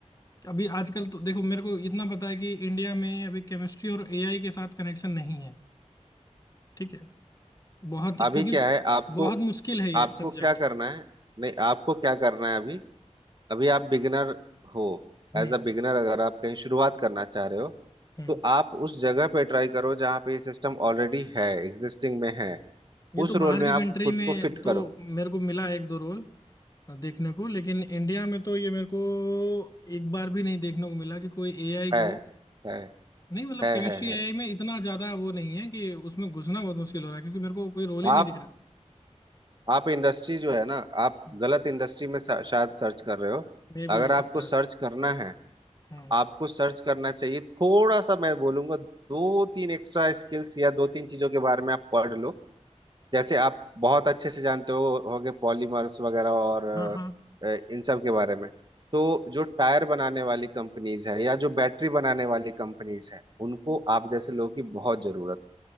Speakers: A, on the left; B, on the right.
A: अभी आजकल तो देखो मेरे को इतना पता है कि इंडिया में अभी केमिस्ट्री और एआई के साथ कनेक्शन नहीं है ठीक है बहुत ही
B: अभी
A: क्योंकि
B: क्या है आपको
A: बहुत मुश्किल है ये
B: आपको
A: सब्जेक्ट
B: क्या करना है नहीं आपको क्या करना है अभी अभी आप बिगिनर हो
A: हम्म
B: एज अ बिगिनर अगर आप कहीं शुरुआत करना चाह रहे हो
A: हम्म
B: तो आप उस जगह पे ट्राई करो जहाँ पे ये सिस्टम ऑलरेडी है एग्जिस्टिंग में है
A: ये तो
B: उस
A: बाहर
B: रोल में
A: की
B: आप
A: कंट्री
B: खुद
A: में
B: को फिट करो
A: तो मेरे को मिला एक दो रोल देखने को लेकिन इंडिया में तो ये मेरे को एक बार भी नहीं देखने को मिला कि कोई एआई
B: है
A: को
B: है
A: नहीं मतलब
B: है
A: केमिस्ट्री
B: है है
A: एआई में इतना ज्यादा वो नहीं है कि उसमें घुसना बहुत मुश्किल हो रहा है क्योंकि मेरे को कोई रोल ही
B: आप
A: नहीं दिख रहा
B: आप इंडस्ट्री जो है ना आप
A: है।
B: गलत इंडस्ट्री में शा- शायद सर्च कर रहे हो
A: मे भी
B: अगर
A: हो सकता
B: आपको सर्च
A: है
B: करना है
A: हम्म
B: आपको सर्च करना चाहिए थोड़ा सा मैं बोलूंगा दो तीन एक्स्ट्रा स्किल्स या दो तीन चीजों के बारे में आप पढ़ लो जैसे आप बहुत अच्छे से जानते हो होगे पॉलीमर्स वगैरह और
A: हाँ हाँ
B: अ, इन सब के बारे में तो जो टायर बनाने वाली कंपनीज है या जो बैटरी बनाने वाली कंपनीज है उनको आप जैसे लोगों की बहुत जरूरत है।